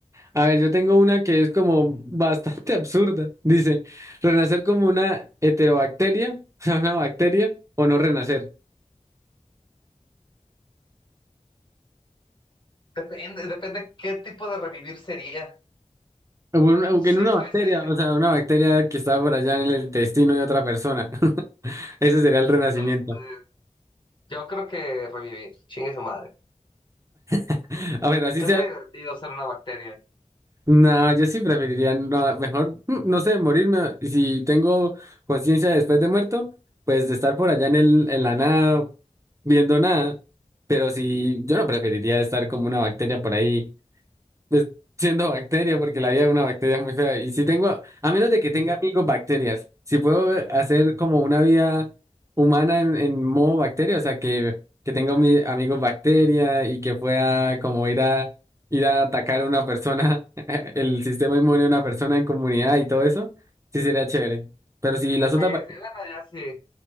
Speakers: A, on the right; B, on the left.
A: A ver, yo tengo una que es como <laughs> bastante absurda. Dice, renacer como una heterobacteria, <laughs> o sea, una bacteria, o no renacer.
B: Depende, depende qué tipo de revivir sería.
A: O una- o
B: Si
A: que en una
B: fuese
A: bacteria, o sea, una bacteria que está por allá en el intestino de otra persona. <laughs> Ese sería el renacimiento.
B: Este, yo creo que revivir, chingue su madre.
A: <laughs> A ver, así
B: Sería
A: sea.
B: divertido ser una bacteria.
A: No, yo sí preferiría, no, mejor, mm, no sé, morirme. Si tengo conciencia después de muerto, pues de estar por allá en el, en la nada, viendo nada. Pero si yo no preferiría estar como una bacteria por ahí pues, siendo bacteria, porque la vida de una bacteria es muy fea. Y si tengo, a menos de que tenga
B: <laughs>
A: amigos bacterias, si puedo ver- hacer como una vida humana en, en modo bacteria, o sea, que, que tenga mi, amigos bacteria y que pueda como ir a, ir a atacar a una persona, <laughs> el sistema inmune de una persona en comunidad y todo eso, sí sería chévere. Pero si las otras
B: Sí, sí, bueno, ya sí.